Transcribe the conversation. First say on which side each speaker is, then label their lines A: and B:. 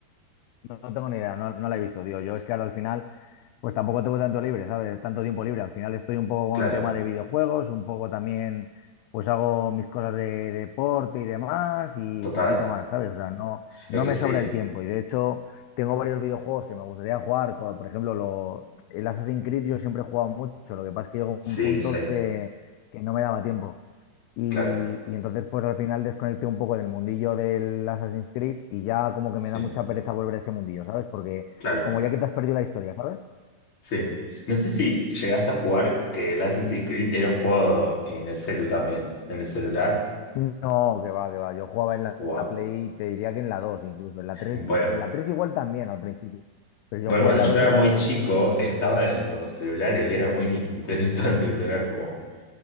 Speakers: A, on the left; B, on the left.
A: No, no tengo ni idea, no, no la he visto, tío. Yo es que ahora al final pues tampoco tengo tanto libre, ¿sabes? Tanto tiempo libre. Al final estoy un poco
B: Claro,
A: con tema de videojuegos, un poco también, pues hago mis cosas de, deporte y demás y
B: total.
A: poquito más, ¿sabes? O sea, no, no
B: Es que
A: me
B: sí,
A: sobra el tiempo y de hecho tengo varios videojuegos que me gustaría jugar, como, por ejemplo, lo, el Assassin's Creed yo siempre he jugado mucho, lo que pasa es que llegó
B: sí,
A: un punto
B: sí,
A: que, que no me daba tiempo. Y,
B: claro,
A: y entonces pues al final desconecté un poco del mundillo del Assassin's Creed y ya como que
B: sí,
A: me da mucha pereza volver a ese mundillo, ¿sabes? Porque
B: claro,
A: como ya que te has perdido la historia, ¿sabes?
B: sí. No sé si llegaste a jugar que el Assassin's Creed era un juego en el celu también, en el celular.
A: No, que va, que va. Yo jugaba en la
B: Wow.
A: la Play, te diría que en la 2, incluso. En la tres,
B: Bueno,
A: en la 3 igual también al principio. Pero
B: bueno,
A: yo jugué
B: cuando
A: en la
B: yo
A: dos
B: era
A: y en
B: muy
A: la 3.
B: chico, estaba en los celulares y era muy <laughs> interesante, eso era como